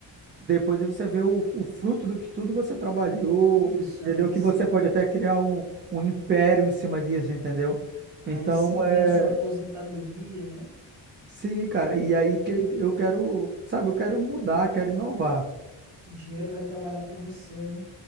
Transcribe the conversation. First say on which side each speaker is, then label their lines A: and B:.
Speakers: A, on the right; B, on the right.
A: depois você vê o, o fruto do que tudo você trabalhou,
B: Isso,
A: entendeu?
B: aí
A: Que
B: sim.
A: você pode até criar um, um império em cima disso, entendeu?
B: Aí
A: Então,
B: sim vem
A: é,
B: a sua aposentadoria, né?
A: sim, cara, e aí que eu quero, sabe, eu quero mudar, quero inovar.
B: O dinheiro vai trabalhar por você, né?